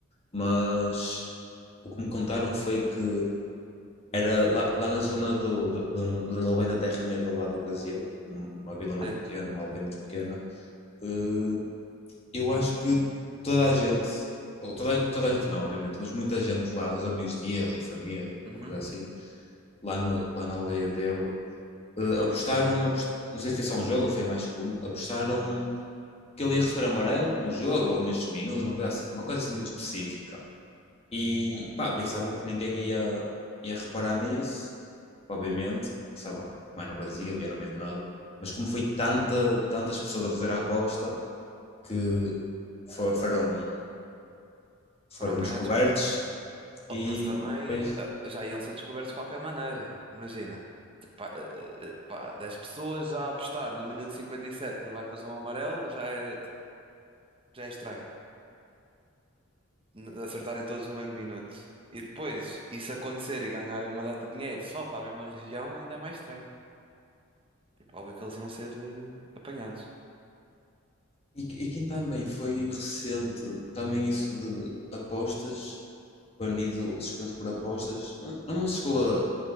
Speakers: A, on the left; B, on the right.
A: mas o que me contaram foi que era lá, lá na zona do, do, do, de onde ele vem da terrinha dele lá do Brasil, uma vila muito
B: É.
A: pequena, uma aldeia muito pequena. eh, eu acho que toda a gente, ou toda, a- toda a gente não, obviamente, mas muita gente lá, os amigos dele e família, uma
B: Uhum.
A: coisa assim, lá, no, lá na aldeia dele. eh, apostaram, apos- não sei se foi só um jogo ou foi mais que um, apostaram que ele ia receber amarelo no jogo ou nestes minutos, uma coisa assim, uma coisa assim muito específica. E pá, pensavam que ninguém ia, ia reparar nisso, obviamente, sei lá, mais no Brasil, ia no meio de nada, mas como foi tanta, tantas pessoas a fazer a aposta que fo- foram, foram
B: Foram apanhados.
A: descobertos e
B: Oh, mas também
A: depois.
B: ah, já iam ser descobertos de qualquer maneira. Imagina. Pá, eh, eh, pá, 10 pessoas já a apostar no minuto 57 que ele vai fazer um amarelo já era, tipo, já é estranho. n- acertarem todos no mesmo minuto. E depois, isso acontecer e ganharem uma data de dinheiro só para a mesma região, ainda é mais estranho. Tipo, óbvio que eles iam ser eh, apanhados.
A: E, e quem também foi recente, também isso de apostas banido, suspenso por apostas. Não, não chegou a,